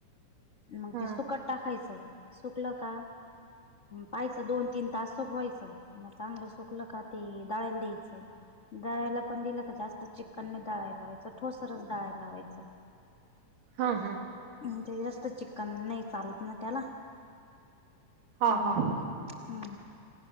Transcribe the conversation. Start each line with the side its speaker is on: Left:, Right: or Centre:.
Left: मग
Right: हा
Left: ते सुकत टाकायचं सुकल का पाहिचं दोन तीन तास सुकवायचं मग चांगलं सुकल का ते दळायला द्यायचं. दळायला पण दिलं का जास्त चिकनने डळाळ ला्हायचं ठोसरच दळायला लावायचं.
Right: हा हा.
Left: म्ह ते जास्त चिकन नाही चालत ना त्याला
Right: हा
Left: मग.
Right: हा
Left: हम्म.